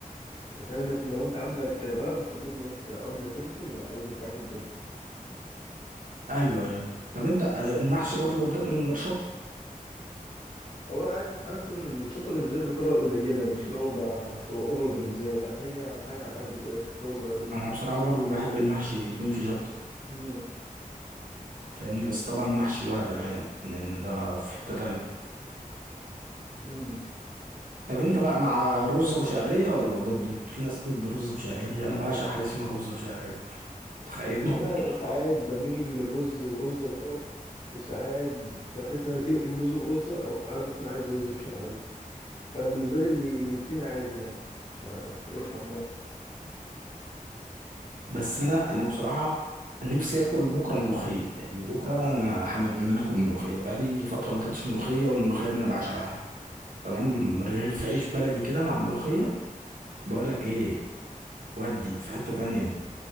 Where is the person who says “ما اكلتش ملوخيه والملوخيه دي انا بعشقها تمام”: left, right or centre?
Right